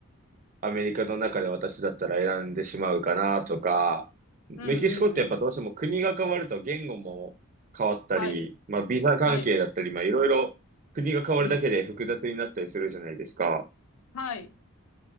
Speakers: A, on the right; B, on the left.
A: アメリカの中で私だったら選んでしまうかなとか、メキシコってやっぱどうしても国が変わると言語も変わったり、
B: うんうんうん。はい。
A: まあビザ関係だったり、
B: はい。
A: まあいろいろ国が変わるだけで複雑になったりするじゃないですか。
B: うん。はい。